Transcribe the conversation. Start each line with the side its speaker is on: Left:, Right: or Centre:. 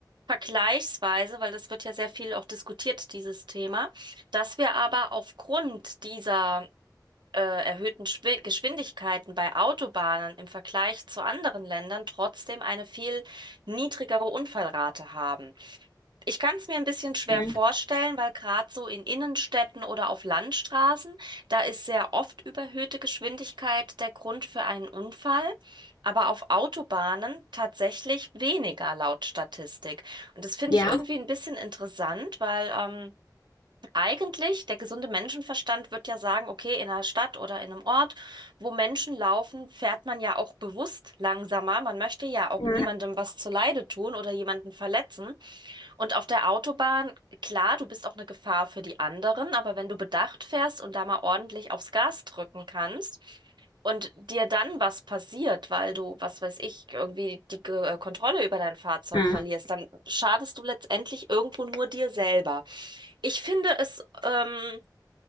Right: vergleichsweise, weil das wird ja sehr viel auch diskutiert, dieses Thema, dass wir aber aufgrund dieser äh, erhöhten Schwi- Geschwindigkeiten bei Autobahnen im Vergleich zu anderen Ländern trotzdem eine viel niedrigere Unfallrate haben. Ich kann es mir ein bisschen schwer
Left: Mhm.
Right: vorstellen, weil gerade so in Innenstädten oder auf Landstraßen, da ist sehr oft überhöhte Geschwindigkeit der Grund für einen Unfall. Aber auf Autobahnen tatsächlich weniger laut Statistik. Und das finde
Left: Ja.
Right: ich irgendwie ein bisschen interessant, weil ähm, eigentlich, der gesunde Menschenverstand wird ja sagen, okay, in einer Stadt oder in einem Ort, wo Menschen laufen, fährt man ja auch bewusst langsamer. Man möchte ja auch
Left: Mhm.
Right: niemandem was zuleide tun oder jemanden verletzen. Und auf der Autobahn, klar, du bist auch eine Gefahr für die anderen, aber wenn du bedacht fährst und da mal ordentlich aufs Gas drücken kannst, und dir dann was passiert, weil du, was weiß ich, irgendwie die Ge- äh, Kontrolle über dein Fahrzeug
Left: Mhm.
Right: verlierst, dann schadest du letztendlich irgendwo nur dir selber. Ich finde es, ähm,